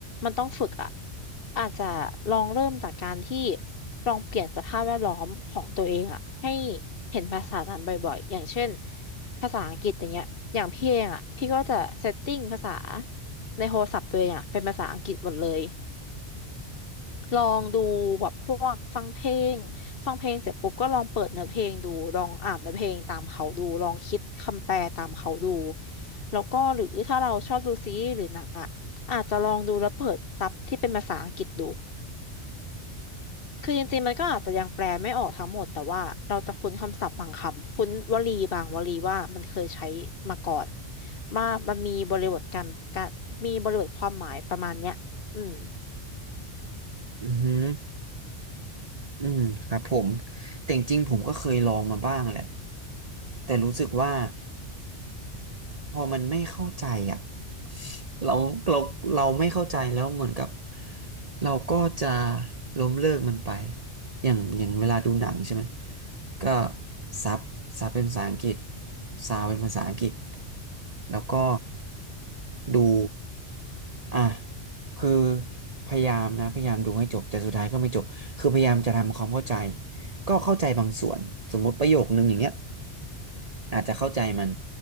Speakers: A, on the left; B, on the right.
A: มันต้องฝึกอะอาจจะลองเริ่มจากการที่ลองเปลี่ยนสภาพแวดล้อมของตัวเองอะให้เห็นภาษานั้นบ่อยๆอย่างเช่นภาษาอังกฤษอย่างเงี้ยอย่างพี่เองอะพี่ก็จะเซตติ้งภาษาในโทรศัพท์ตัวเองอะเป็นภาษาอังกฤษหมดเลย ลองดูแบบพวกฟังเพลงฟังเพลงเสร็จปุ๊บก็ลองเปิดเนื้อเพลงดูลองอ่านเนื้อเพลงตามเขาดูลองคิดคำแปลตามเขาดูแล้วก็หรือถ้าเราชอบดูซีรีส์หรือหนังอ่ะอาจจะลองดูแล้วเปิดซับที่เป็นภาษาอังกฤษดูคือจริงๆมันก็อาจจะยังแปลไม่ออกทั้งหมดแต่ว่าเราจะคุ้นคำศัพท์บางคำคุ้นวลีบางวลีว่ามันเคยใช้มาก่อนว่ามันมีบริบทการการมีบริบทความหมายประมาณเนี้ยอืม
B: อือหืออืมครับผมแต่จริงๆผมก็เคยลองมาบ้างแหละแต่รู้สึกว่า พอมันไม่เข้าใจอ่ะเราเราเราไม่เข้าใจแล้วเหมือนกับเราก็จะล้มเลิกมันไปอย่างอย่างเวลาดูหนังใช่ไหมก็ซับซับเป็นภาษาอังกฤษซาวเป็นภาษาอังกฤษแล้วก็ดูอ่ะคือพยายามนะพยายามดูให้จบแต่สุดท้ายก็ไม่จบคือพยายามจะทำความเข้าใจก็เข้าใจบางส่วนสมมติประโยคนึงอย่างเงี้ย อาจจะเข้าใจมัน